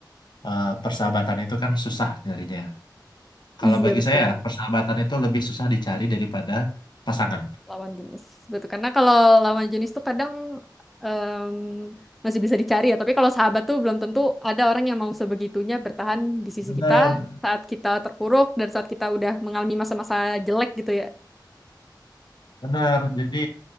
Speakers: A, on the left; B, in the centre.
A: eh, persahabatan itu kan susah nyarinya. Kalau
B: iya
A: bagi
B: betul.
A: saya, persahabatan itu lebih susah dicari daripada pasangan.
B: lawan jenis. Betul. Karena kalau lawan jenis tuh kadang em, masih bisa dicari ya. Tapi kalau sahabat tuh belum tentu ada orang yang mau sebegitunya bertahan di sisi
A: Benar,
B: kita saat kita terpuruk dan saat kita udah mengalami masa-masa jelek gitu ya.
A: benar. Jadi